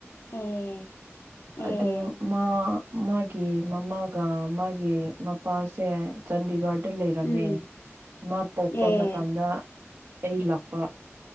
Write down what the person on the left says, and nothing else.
ꯑꯦ ꯑꯦ
ꯎꯝ
ꯑꯦ